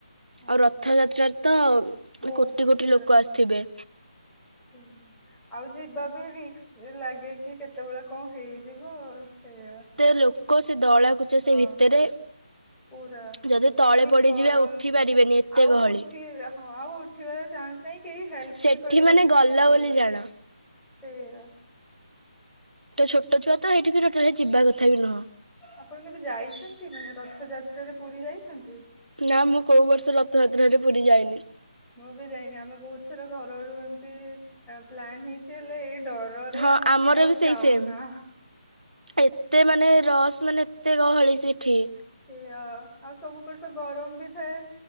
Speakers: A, in the centre; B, on the right.
A: ହଁ
B: ଆଉ ରଥଯାତ୍ରାରେ ତ
A: ବହୁତ
B: କୋଟି କୋଟି ଲୋକ ଆସିଥିବେ।
A: ହଁ ହଁ, ଆଉ ଯିବା ବି ରିକ୍ସ ଲାଗେ କି କେତେବେଳେ କଣ ହେଇଯିବ ସେଇଆ।
B: ତେ ଲୋକ ସେ ଦଳାକୁୁଚା
A: ହଁ
B: ସେ ଭିତରେ।
A: ପୁରା,
B: ଯଦି ତଳେ
A: ପୁଣି
B: ପଡିଯିବେ
A: ଗରମ
B: ଆଉ ଉଠି ପାରିବେନି ଏତେ
A: ଆଉ
B: ଗହଳି
A: ଉଠି ହଁ ଆଉ ଉଠିବାର ଚାନ୍ସ ନାହିଁ କେହି ହେଲ୍ପ
B: ସେଠି
A: ବି କରିବେନି
B: ମାନେ ଗଲା
A: କି ଉଠିବୁ
B: ବୋଲି
A: କହିକି
B: ଜାଣ
A: ସେଇଆ।
B: ତ ଛୋଟ ଛୁଆ ତ ହେଇଠିକି ଟୋଟାଲୀ ଯିବା କଥା ବି ନୁହଁ
A: ଆପଣ କେବେ ଯାଇଛନ୍ତି ମାନେ ରଥଯାତ୍ରାରେ ପୁରୀ ଯାଇଛନ୍ତି?
B: ନା, ମୁଁ କୋଉ ବର୍ଷ ରଥଯାତ୍ରାରେ ପୁରୀ ଯାଇନି।
A: ମୁଁ ବି ଯାଇନି ଆମ ବହୁତ ଥର ଘର ରୁ ଏମତି ପ୍ଲାନ ହେଇଛି ହେଲେ ଏଇ ଡର ଡରରେ
B: ହଁ
A: ଆମେ
B: ଆମର
A: କେହି ଆଉ
B: ବି ସେଇ
A: ଯାଉନା।
B: ସେମ୍ ଏତେ ମାନେ ରସ୍ ମାନେ ଏତେ ଗହଳି ସେ ସେଠି
A: ସେଆ ଆଉ ସବୁ ବର୍ଷ ଗରମ ବି ଥାଏ